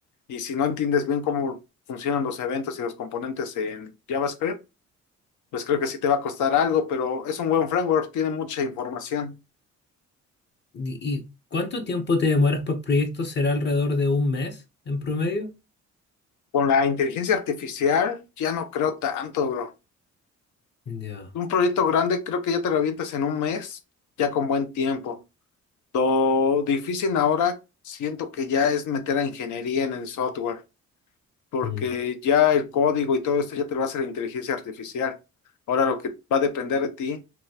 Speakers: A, on the left (about 75°); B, on the left (about 35°).
A: Y si no entiendes bien cómo funcionan los eventos y los componentes en JavaScript, pues creo que sí te va a costar algo, pero es un buen framework, tiene mucha información.
B: ¿Y, y cuánto tiempo te demoras por proyecto? ¿Será alrededor de un mes en promedio?
A: Con la inteligencia artificial ya no creo tanto, bro.
B: Ya.
A: Un proyecto grande creo que ya te lo avientas en un mes, ya con buen tiempo. Lo difícil ahora siento que ya es meter a ingeniería en el software, porque
B: Mm,
A: ya el código y todo esto ya te lo hace la inteligencia artificial. Ahora lo que va a depender de ti